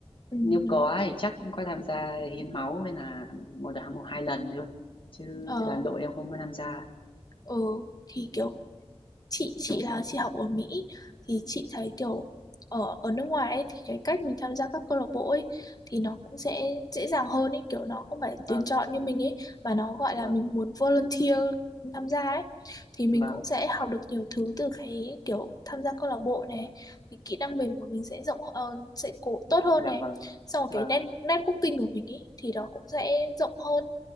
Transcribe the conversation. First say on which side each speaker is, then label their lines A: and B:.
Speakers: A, on the left; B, on the left.
A: ừ,
B: nếu
A: đúng
B: có
A: không
B: thì chắc cũng có tham gia hiến máu hay là một đợt một hai lần thôi chứ
A: ờ
B: đoàn đội em không có tham gia
A: ừ thì kiểu chị chị là chị học ở Mỹ thì chị thấy kiểu ở ở nước ngoài ấy, thì cái cách mình tham gia các câu lạc bộ ấy thì nó cũng sẽ dễ dàng hơn ấy kiểu nó không phải
B: vâng
A: tuyển chọn như mình ấy mà nó gọi là
B: vâng
A: mình muốn volunteer tham gia ấy thì mình
B: vâng
A: cũng sẽ học được nhiều thứ từ cái kiểu tham gia câu lạc bộ này thì kỹ năng mềm của mình sẽ rộng ờ, sẽ cố tốt hơn
B: dạ
A: này
B: vâng
A: xong rồi
B: vâng
A: cái net networking của mình ấy thì nó cũng sẽ rộng hơn